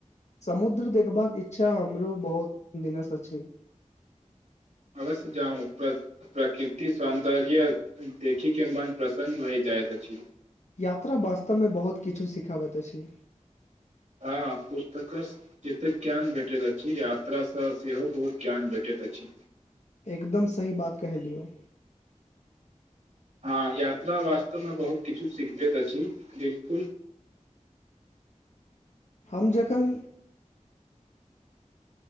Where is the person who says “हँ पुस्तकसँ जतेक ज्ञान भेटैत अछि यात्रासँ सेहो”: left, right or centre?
Right